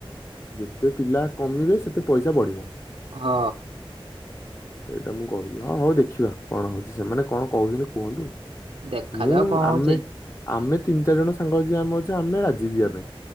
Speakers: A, on the left; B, on the right.
A: ଯେତେ ପିଲା କମିବେ ସେତେ ପଇସା ବଢିବ।
B: ହ।
A: ସେଇଟା ମୁଁ କହୁଛି ହଁ ହଉ ଦେଖିବା କଣ ହଉଛି ସେମାନେ କଣ କହୁଛନ୍ତି କୁହନ୍ତୁ।
B: ଦେଖାଯାଉ
A: ମୁଁ
B: କଣ
A: ଆମେ
B: ହଉଛି?
A: ଆମେ ତିନି ଚାରି ଜଣ ସାଙ୍ଗ ଯ ଆମେ ଅଛି ଆମେ ରାଯି ଯିବା ପାଇଁ